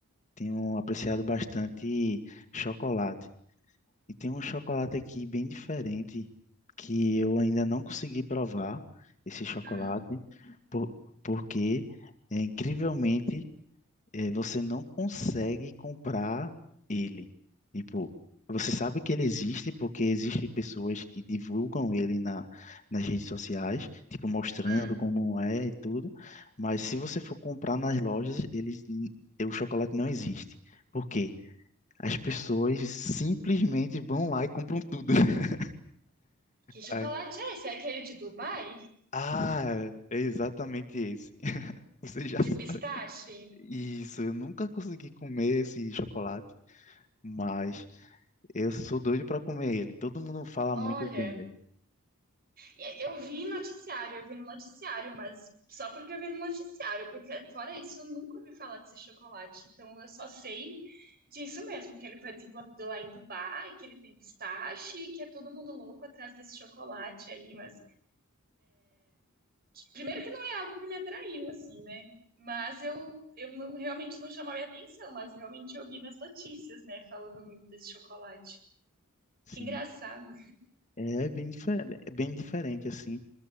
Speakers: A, on the left; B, on the right.
A: tenho apreciado bastante chocolate. E tem um chocolate aqui bem diferente que eu ainda não consegui provar esse chocolate,
B: Hum,
A: por, porque é, incrivelmente eh, você não consegue comprar ele. Tipo, você sabe que ele existe porque existem pessoas que divulgam ele na, nas redes sociais, tipo, mostrando
B: hum.
A: Uhum. como é e tudo. Mas se você for comprar nas lojas, eles, n- o chocolate não existe. Por quê? As pessoas simplesmente vão lá e compram tudo. <laughs>
B: Que chocolate
A: Ai.
B: é esse? É aquele de Dubai?
A: Ah, é exatamente esse. <laughs> Você já
B: De
A: sabe.
B: pistache?
A: Isso, eu nunca consegui comer esse chocolate, mas. Eu sou doido pra comer ele. Todo mundo fala
B: Olha,
A: muito bem dele.
B: e- eu vi noticiário, eu vi no noticiário, mas só porque eu vi no noticiário, porque fora isso eu nunca ouvi falar desse chocolate. Então eu só sei disso mesmo, que ele foi desenvolvido lá em Dubai, que ele tem pistache, e que é todo mundo louco atrás desse chocolate aí, mas que- primeiro que não é algo que me atraiu, assim, né? Mas eu, eu não- realmente não chamou a minha atenção, mas realmente eu vi nas notícias, né? Falando muito desse chocolate.
A: Sim,
B: Que engraçado.
A: é bem diferente, é bem diferente assim.